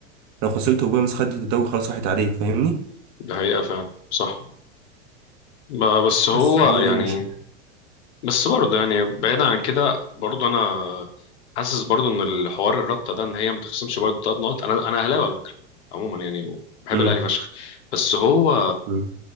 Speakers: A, on the right; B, on the left.
A: لو خسرت وبيراميدز خدت الدوري خلاص راحت عليك فاهمني
B: دي حقيقة فعلا صح ب- بس هو
A: بس هي
B: يعني
A: دي المشكله
B: بس برضه يعني بعيد عن كده برضه انا حاسس برضه ان الحوار الرابطه ده ان هي ما تخصمش برضه ثلاث نقط انا انا اهلاوي على فكره عموما يعني بحب
A: امم
B: الاهلي فشخ بس هو
A: أمم.